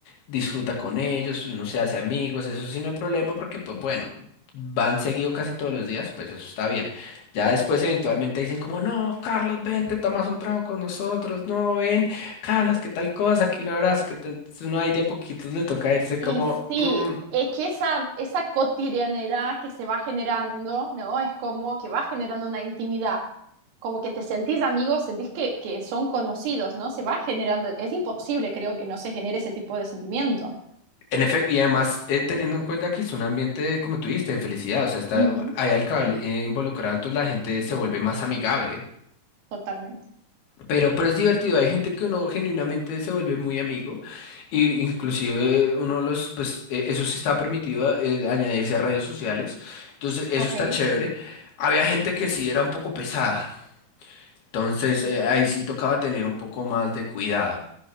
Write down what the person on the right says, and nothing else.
Y
sí,
es que esa, esa cotidianidad que se va generando, ¿no? Es como que va generando una intimidad, como que te sentís amigos, sentís que, que son conocidos, ¿no? Se va generando, es imposible, creo, que no se genere ese tipo de sentimiento.
Ujú,
totalmente.
Ok.